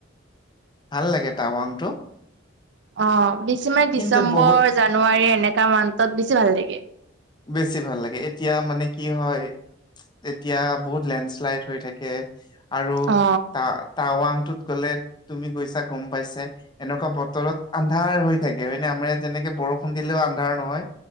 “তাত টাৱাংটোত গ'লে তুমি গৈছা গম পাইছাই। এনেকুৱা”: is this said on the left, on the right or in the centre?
Left